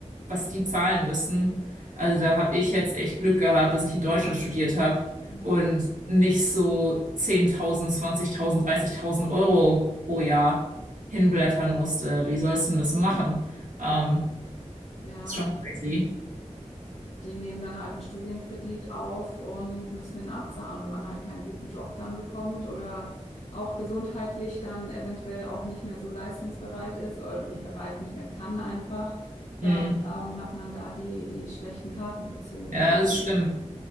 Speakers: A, on the right; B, on the left.
A: was die zahlen müssen. Also da habe ich jetzt echt Glück gehabt, dass ich in Deutschland studiert habe
B: ja,
A: und nicht so 10.000, 20.000, 30.000 Euro pro Jahr hinblättern musste. Wie sollst du denn das machen? Ähm,
B: ja.
A: ist schon crazy.
B: Die nehmen dann halt einen Studienkredit auf und müssen den abzahlen, wenn man halt keinen guten Job dann bekommt oder auch gesundheitlich dann eventuell auch nicht mehr so leistungsbereit ist oder nicht bereit, nicht mehr kann einfach, dann
A: Hm.
B: ähm, hat man da die, die schlechten Karten gezogen.
A: Ja,
B: ne?
A: das ist schlimm.